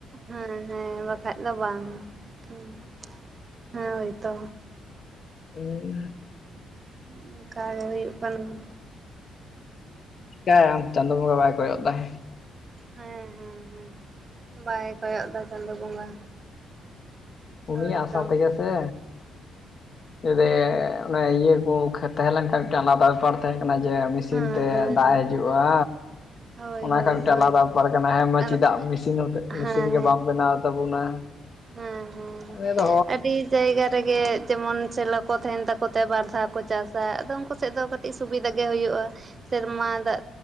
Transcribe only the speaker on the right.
ᱦᱮᱸ ᱦᱮᱸ ᱵᱟᱠᱷᱟᱡ ᱫᱚ ᱵᱟᱝ ᱦᱩᱸ ᱦᱮᱸ ᱦᱳᱭᱛᱚ᱾
ᱚᱱᱠᱟ ᱜᱮ ᱦᱩᱭᱩᱜ ᱠᱟᱱᱟ ᱦᱩᱸ
ᱦᱮᱸ ᱦᱮᱸ ᱦᱮᱸ ᱵᱟᱭ ᱠᱚᱭᱚᱜ ᱫᱟ ᱪᱟᱸᱫᱚ ᱵᱚᱸᱜᱟ᱾
ᱦᱳᱭᱛᱚ
ᱦᱮᱸ
ᱦᱮᱸ
ᱦᱮᱸ᱾
ᱦᱳᱭ
ᱦᱳᱭ
ᱦᱳᱭ
ᱛᱚ
ᱟᱨ
ᱦᱮᱸ ᱦᱮᱸ
ᱦᱮᱸ ᱦᱮᱸ ᱦᱮᱸ
ᱟᱹᱰᱤ ᱡᱟᱭᱜᱟ ᱨᱮᱜᱮ ᱡᱮᱢᱚᱱ ᱥᱮᱞᱚ ᱠᱚ ᱛᱟᱦᱮᱱ ᱛᱟᱠᱚ ᱛᱮ ᱵᱟᱨ ᱫᱷᱟᱣ ᱠᱚ ᱪᱟᱥᱟ ᱟᱫᱚ ᱩᱱᱠᱩ ᱥᱮᱫ ᱫᱚ ᱠᱟ ᱴᱤᱡ ᱥᱩᱵᱤᱫᱷᱟ ᱜᱮ ᱦᱩᱭᱩᱜᱼᱟ, ᱥᱮᱨᱢᱟ ᱫᱟᱜ